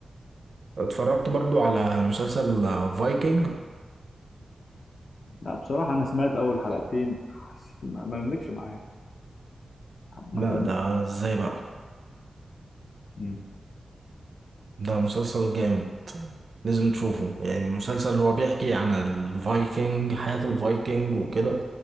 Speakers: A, on the right; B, on the left.
A: اتفرجت برضو على مسلسل فايكنج
B: لا بصراحة أنا سمعت أول حلقتين حسيت ما ما نملكش معايا ما
A: لا
B: كملت
A: ده ازاي بقى
B: مم.
A: ده مسلسل جامد لازم تشوفه يعني مسلسل هو بيحكي عن الفايكنج حياة الفايكنج وكده